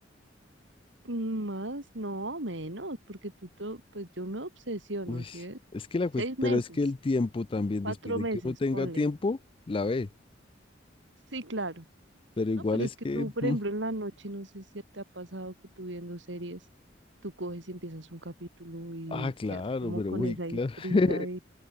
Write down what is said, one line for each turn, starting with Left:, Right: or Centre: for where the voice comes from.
Right: Más, no, menos, porque tú, to- pues yo me obsesiono,
Left: Uy,
Right: ¿sí ves?
Left: es que la
Right: Seis
Left: cues- pero
Right: meses,
Left: es que el tiempo también,
Right: cuatro
Left: después de
Right: meses,
Left: que uno tenga
Right: ponle.
Left: tiempo, la ve.
Right: Sí, claro.
Left: Pero igual
Right: No, pero
Left: es
Right: es que
Left: que,
Right: tú, por
Left: mm,
Right: ejemplo, en la noche, no sé si te ha pasado que tú viendo series, tú coges y empiezas un capítulo y
Left: ah, claro,
Right: quedas como
Left: pero
Right: con
Left: uy,
Right: esa
Left: claro.
Right: intriga
Left: <laughs>
Right: de